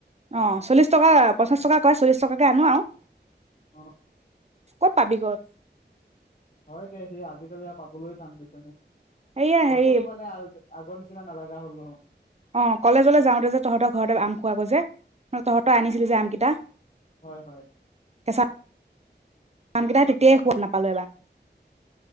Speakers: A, on the right; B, on the left.
A: অঁ চল্লিশ টকা পঞ্চাশ টকা কই চল্লিশ টকাকে আনো আৰু।
B: অঁ
A: ক'ত পাবি গৈ।
B: হয় দে সেই আজিকালি আৰু পাবলৈ টান বুইছনে।
A: এইয়া হেৰি
B: গছতো মানে আগৰ নিচিনা ইমান নালাগা হ'ল নহয়।
A: অঁ কলেজলৈ যাওঁতে যে তহঁতৰ ঘৰতে আম খোৱ গৈ যে তহঁতৰ আনিছিলি যে আমকেইটা,
B: হয় হয়
A: কেঁচা আমকেইটাই তেতিয়াই সোৱাদ নাপালো এবাৰ।